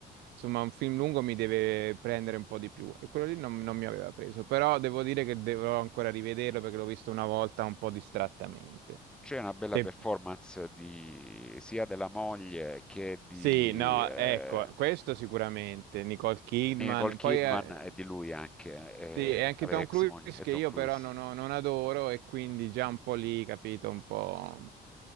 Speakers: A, on the right; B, in the centre.
A: insomma, un film lungo mi deve prendere un po' di più. E quello lì non, non mi aveva preso, però devo dire che dovrò ancora rivederlo perché l'ho visto una volta un po' distrattamente.
B: C'è una bella
A: Te-
B: performance di sia della moglie che di,
A: Sì, no,
B: ehm,
A: ecco, questo sicuramente, Nicole Kidman.
B: Nicole Kidman
A: Poi eh,
B: e di lui anche, ehm,
A: Sì, e anche
B: vabbè,
A: Tom
B: ex
A: Cruise
B: moglie, e
A: che
B: Tom
A: io
B: Cruise.
A: però non, ho- non adoro e quindi già un po' lì, capito, un po',